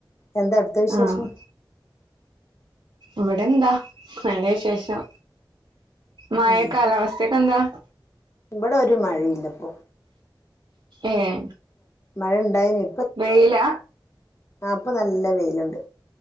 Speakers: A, on the left; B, on the right.
A: എന്താ അവിടത്തെ വിശേഷം?
B: ആഹ് ഇവിടെന്താ നല്ല വിശേഷം. മഴ
A: ഉം
B: കാലാവസ്ഥക്കെ എന്താ?
A: ഇവിടെ ഒരു മഴയില്ലപ്പോ
B: ഏഹ്.
A: മഴണ്ടായിനോ?
B: വെയിലാ?
A: ആ പ്പ നല്ല വെയില്ണ്ട്.